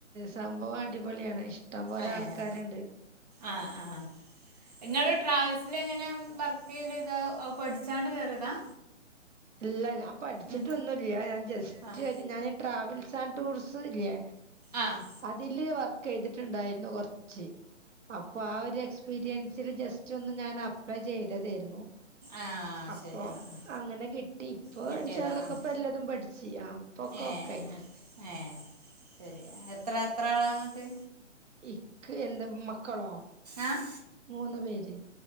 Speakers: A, on the right; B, on the right.
A: സംഭവം അടിപൊളിയാണ് ഇഷ്ടം പോലെ
B: ഏഹ്
A: ആൾക്കാര്ണ്ട്
B: ആഹ് ആഹ് ഇങ്ങള് ട്രാവൽസ് ലെങ്ങനെ വർക്കിയ്യല്ത് അത് പഠിച്ചാണ്ട് കേറിയതാ
A: ഇല്ല ഞാ പഠിച്ചിട്ടൊന്നുല്ല
B: ഉം
A: ഞാൻ ജസ്റ്റ്
B: ആഹ്
A: ഒര് ഞാൻ ട്രാവൽസ് ആൻഡ് ടൂറിസല്ലെ
B: ആഹ്
A: അതില് വർക്കെയ്തിട്ട്ണ്ടായിര്ന്നു കൊർ ച്ച് അപ്പൊ ആഹ് ഒര് എക്സ്പിരിയൻസില് ജസ്റ്റൊന്ന് ഞാൻ അപ്ലൈ ചെയ്തെ തേര്ന്നു
B: ആഹ്
A: അപ്പൊം
B: ശരി ആഹ് ആഹ്
A: അങ്ങനെ കിട്ടി ഇപ്പൊ
B: കിട്ടിയതാ
A: ഇൻഷാ അള്ളകൊപ്പൊ
B: ആഹ്
A: എല്ലതും പഠിച്ച് ആഹ് ഇപ്പൊക്കെ
B: ഏഹ്
A: ഓക്കായി
B: ഏഹ് ഏഹ് ശരി എത്ര എത്ര ആളാ ഇങ്ങക്ക്
A: ഇക്ക് എന്ത മക്കളോ
B: ആഹ്
A: മൂന്ന് പേര്